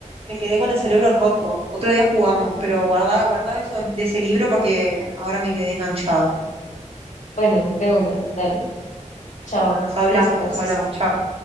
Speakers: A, on the right; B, on the left.
A: me quedé con el cerebro roto. Otro día jugamos, pero guardá, guardá eso de ese libro porque ahora me quedé enganchada.
B: Bueno, de una, dale. Chao,
A: Bueno, nos hablamos,
B: que descanses.
A: nos hablamos, chao.